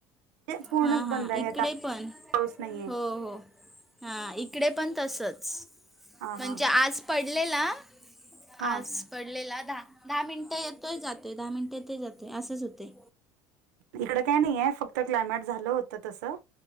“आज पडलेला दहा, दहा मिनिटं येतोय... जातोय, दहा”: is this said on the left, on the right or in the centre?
Centre